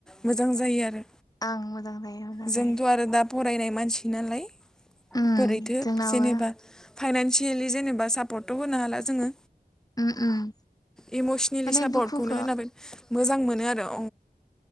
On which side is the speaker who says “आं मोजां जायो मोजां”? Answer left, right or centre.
Left